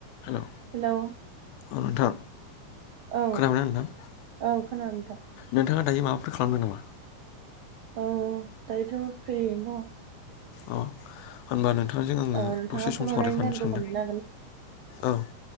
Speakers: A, on the left; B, on the right.
A: हेल'
B: hello
A: आ नोंथां
B: औ
A: खोनाबाय ना नोंथां
B: औ खोनादों नोंथां
A: नोंथाङा दायो माबाफोर खालामदों नामा
B: औ दायोथ' फ्रियैनो दङ
A: अ होनबा नोंथांजों आङो
B: दङ औ नोंथाङा
A: दसे सम
B: फन हरनायनि
A: सावरायफानो
B: जाहोनखौ
A: सानदों
B: खोन्थानो
A: औ